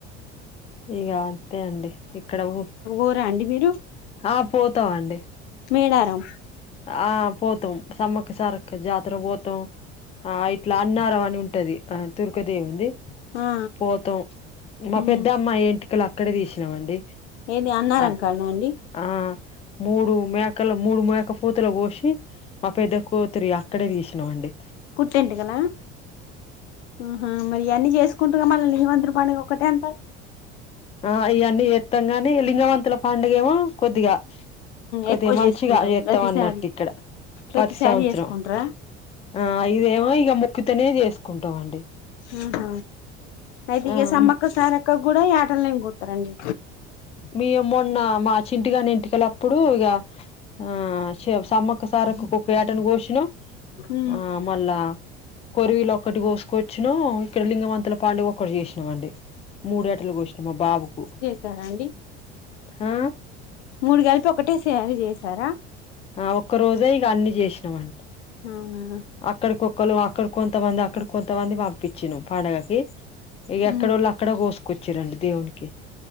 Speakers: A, on the left; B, on the left.
A: ఇగ అంతే అండి, ఇక్కడ ఊ
B: ఊరా అండి మీరు?
A: ఆ పోతామండి
B: మేడారమ్
A: ఆ పోతం సమ్మక్క సారక్క జాతర పోతం. ఆ ఇట్ల అన్నారం అని ఉంటది. ఆ తుర్కదేవున్ది
B: ఆ
A: పోతాం, మా
B: ఉమ్
A: పెద్ద అమ్మయి ఎంటి కలు అక్కడే తీసినమండి.
B: ఏది అన్నారం
A: అ
B: కాడనా అండి
A: ఆ మూడు మేకలు మూడు మే పూతలు కోసి మా పెద్ద కూతురి అక్కడే తీసిన మండి
B: పుట్టెంటికల ఆహ మరి ఇయన్ని చేసు కుంటూరుగా మల్ల లింగమంతుడు పండగ ఒకటే అంటార్రు.
A: ఆ ఇవన్నీ చేత్తం గాని లింగవంతుల పండుగ ఏమో కొద్దిగా. కొద్దిగా
B: ఎక్కువ
A: మంచిగ
B: చేసుకుంటారు
A: చేత్తం
B: ప్రతిసారి
A: అన్నట్టు ఇక్కడ
B: ప్రతిసారి
A: పతి సంవత్సరం.
B: చేసుకుంటారా
A: ఆ ఇదేమో ఇగ మోక్కుతనే చేసుకుంటమండి.
B: ఉహు అయితే ఇగ
A: ఆ
B: సమ్మక్క సారక్కకు గుడ ఈ యాటలనే కోత్తారండి.
A: మీ మొన్న మా చింటిగాని ఎంటికలప్పుడు ఇగ ఆ షేవ్ సమ్మక్క సారక్క కోక్క యాటను కోసినం
B: ఉమ్
A: ఆ మళ్ లా కొరివీలు ఒక్కటి కోసుకొచ్చినం ఇక్కడ లింగమంతుల పండుగ ఒకటి చేసినం అండి. మూడేటలు కోసినం మా బాబుకు
B: సారా అండి
A: ఆ
B: మూడు గలిపి ఒకటే సారీ జేసారా?
A: ఆ ఒక్క రోజే ఇగ అన్ని జేసినం వంట
B: అవునా
A: అక్కడికొక్కళ్ళు అక్కడ కొంతమంది, అక్కడ కొంతమంది పంపించనం పండగకి, ఇగ
B: ఉమ్
A: ఎక్కడోళ్ళు అక్ అక్కడ కోసుకొచ్చిరండి దేవుడికి